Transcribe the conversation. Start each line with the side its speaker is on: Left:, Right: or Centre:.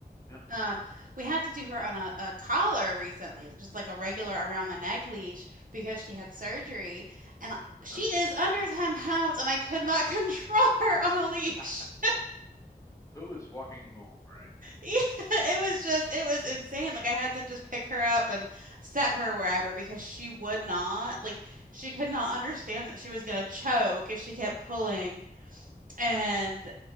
Left: yeah.
Right: Um, we had to do her on a, a collar recently, just like a regular around the neck leash because she had surgery and she
Left: Uh,
Right: is under 10 pounds and I could not <laughs> control her on the leash.
Left: <laughs>
Right: <laughs>
Left: who is walking home, right?
Right: Yeah, it was just, it was insane. Like I had to just pick her up and set her wherever because she would not, like she could not understand that she was gonna choke if she kept pulling. And